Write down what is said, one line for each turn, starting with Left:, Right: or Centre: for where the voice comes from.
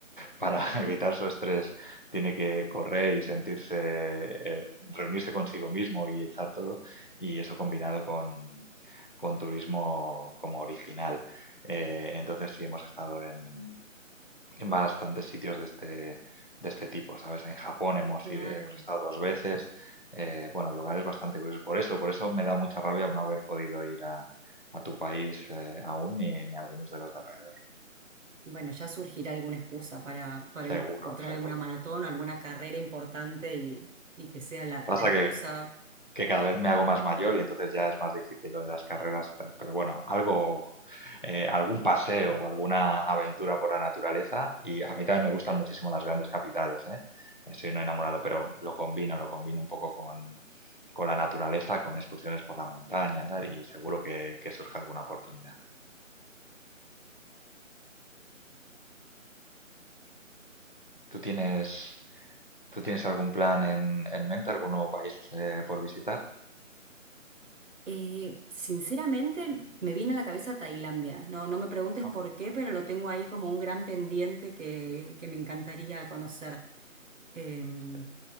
Left: para <laughs> evitar su estrés tiene que correr y sentirse, eh, reunirse consigo mismo y echar todo, y eso combinado con, con turismo como original. Eh, entonces sí hemos estado en, en bastantes sitios de este, de este tipo, ¿sabes? En Japón hemos,
Right: Claro.
Left: ido- hemos estado dos veces, eh, bueno, lugares bastante curiosos. Por eso, por eso me da mucha rabia no haber podido ir a, a tu país eh, aún ni, ni a algunos de los de alrededor.
Right: Bueno, ya surgirá alguna excusa para, para
Left: Seguro,
Right: encontrar
Left: seguro.
Right: alguna maratón o alguna carrera importante y, y que sea la,
Left: Pasa
Right: la excusa.
Left: que que cada vez me hago más mayor y entonces ya es más difícil lo de las carreras y tal. Pero bueno, algo, eh, algún paseo o alguna aventura por la naturaleza y a mí también me gustan muchísimo las grandes capitales, ¿eh? Eh, Soy un enamorado, pero lo combino, lo combino un poco con, con la naturaleza, con excursiones por la montaña, tal, y seguro que, que surge alguna oportunidad. ¿Tú tienes, tú tienes algún plan en, en mente, algún nuevo país eh, por visitar?
Right: Eh, sinceramente, me viene a la cabeza Tailandia. No, no me preguntes
Left: ¿No?
Right: por qué, pero lo tengo ahí como un gran pendiente que, que me encantaría conocer. Em,
Left: Sí.